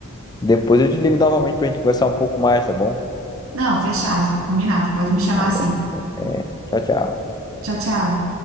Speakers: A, on the left; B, on the right.
A: Depois eu te ligo novamente para a gente conversar um pouco mais, tá bom?
B: Não, fechado, combinado. Pode me chamar
A: Tá
B: assim.
A: bom. É, tchau, tchau.
B: Tchau, tchau.